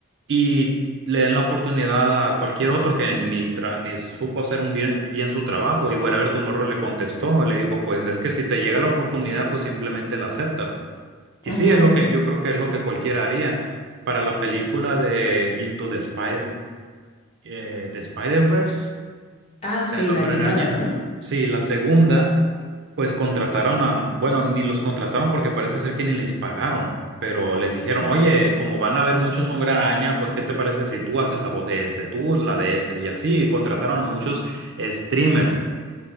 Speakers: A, on the right; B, on the left.
A: y le den la oportunidad a cualquier otro que ni, tra- ni supo hacer un bien, bien su trabajo. Y Wherever Tomorrow le contestó, le dijo, pues es que si te llega la oportunidad, pues simplemente la aceptas. Y
B: Ujú.
A: sí, es lo que yo creo que es lo que cualquiera haría. Para la película de Into the Spider, eh, the Spider-Verse,
B: Ah, sí,
A: el
B: la
A: Hombre
B: animada,
A: Araña.
B: ¿no?
A: Sí, la segunda, pues contrataron a, bueno, ni los contrataron porque parece ser que ni les pagaron, pero les dijeron,
B: sí.
A: oye, como van a haber muchos Hombre Araña, pues ¿qué te parece si tú haces la voz de este, tú la de este? Y así contrataron a muchos streamers,